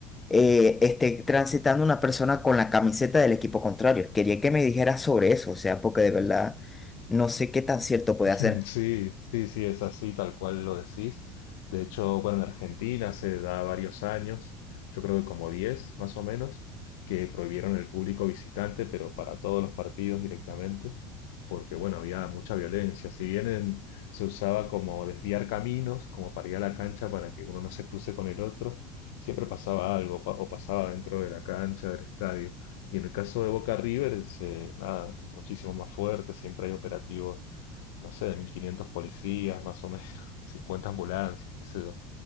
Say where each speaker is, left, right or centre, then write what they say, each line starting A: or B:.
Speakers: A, on the left; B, on the left.
A: eh, esté transitando una persona con la camiseta del equipo contrario. Quería que me dijeras sobre eso, o sea, porque de verdad no sé qué tan cierto puede
B: <laughs>
A: hacer.
B: Sí, sí, sí, es así, tal cual lo decís. De hecho, bueno, en Argentina se da varios años, yo creo que como 10, más o menos, que prohibieron el público visitante, pero para todos los partidos directamente, porque bueno, había mucha violencia. Si bien en- se usaba como desviar caminos, como para ir a la cancha para que uno no se cruce con el otro, siempre pasaba algo, pa- o pasaba dentro de la cancha, del estadio. Y en el caso de Boca River, es, eh, nada, es muchísimo más fuerte, siempre hay operativos no sé, de 1500 policías más o menos, <laughs> 50 ambulancias, qué sé yo.